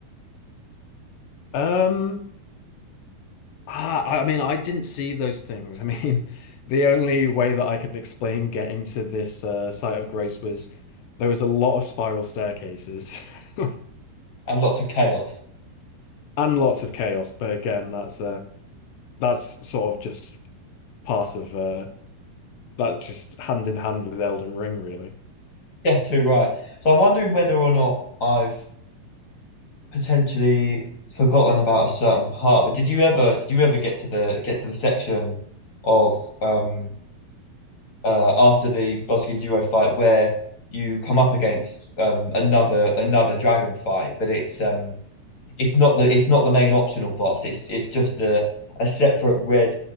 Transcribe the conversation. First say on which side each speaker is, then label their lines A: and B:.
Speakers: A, on the left; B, on the left.
A: Um, ah, I, I mean, I didn't see those things. I mean, <laughs> the only way that I can explain getting to this uh, site of grace was there was a lot of spiral staircases. <laughs>
B: and lots of chaos. <laughs>
A: and lots of chaos. But again, that's uh that's sort of just part of uh that's just hand in hand with Elden Ring, really.
B: Yeah, too right. So I'm wondering whether or not I've potentially forgotten about a certain part. But did you ever did you ever get to the get to the section of um uh, after the Godskin Duo fight where you come up against um, another another dragon fight, but it's um it's not the it's not the main optional boss. It's it's just a a separate red